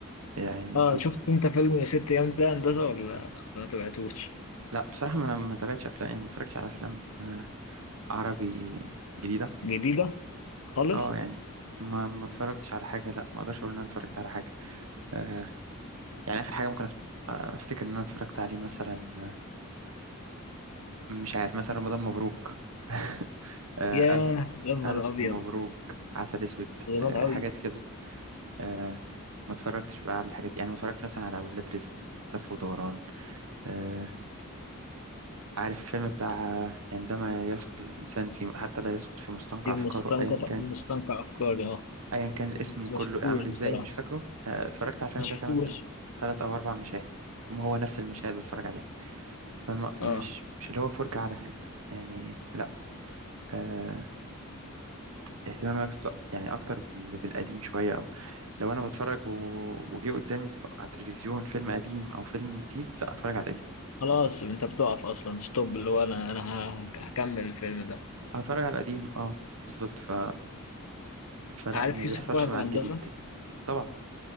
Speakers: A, on the right; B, on the left.
A: يعني
B: اه
A: أنتوا
B: شفت انت فيلم يا ست ايام ده هندسه ولا ولا ما تبعتوش
A: لا بصراحة ما أنا ما تابعتش أفلام يعني ما اتفرجتش على أفلام آه، عربي جديدة
B: جديدة خالص
A: أه يعني ما ما اتفرجتش على حاجة لا ما أقدرش أقول إن أنا اتفرجت على حاجة آه، يعني آخر حاجة ممكن أفت- آه، أفتكر إن أنا اتفرجت عليه مثلا آه، مش عارف مثلا رمضان مبروك <laughs> آه،
B: ياه
A: ألف
B: يا نهار
A: ألف
B: أبيض
A: مبروك عسل أسود
B: زمان
A: آه،
B: أوي
A: حاجات كده آه، ما اتفرجتش بقى على الحاجات يعني ما اتفرجتش مثلا على أولاد رزق لف ودوران آه، عارف الفيلم بتاع آه، عندما يسقط الإنسان في حتى لا يسقط في مستنقع
B: في
A: أفكاره
B: مستنقع
A: أيا كان
B: مستنقع أفكاري أه
A: أيا كان الاسم
B: بس
A: كله
B: ما شفتوش
A: عامل
B: بصراحة
A: إزاي مش فاكره آه، اتفرجت على الفيلم
B: ما
A: ده
B: شفتوش
A: كان مثلا تلات أو أربع مشاهد هم هو نفس المشاهد بتفرج عليها فما مش
B: أه
A: مش اللي هو فرجة على فيلم يعني لا آه اهتمامي أكس- لا يعني أكتر بال- بالقديم شوية أو لو أنا بتفرج و- وجي قدامي على التلفزيون فيلم قديم أو فيلم جديد لا أتفرج على القديم
B: خلاص أنت بتقف أصلا ستوب اللي هو أنا أنا ه- هكمل الفيلم ده
A: أتفرج على القديم أه بالظبط ف... فلا
B: عارف
A: ما بيحصلش
B: يوسف وهبي
A: مع الجديد
B: هندسة
A: طبعا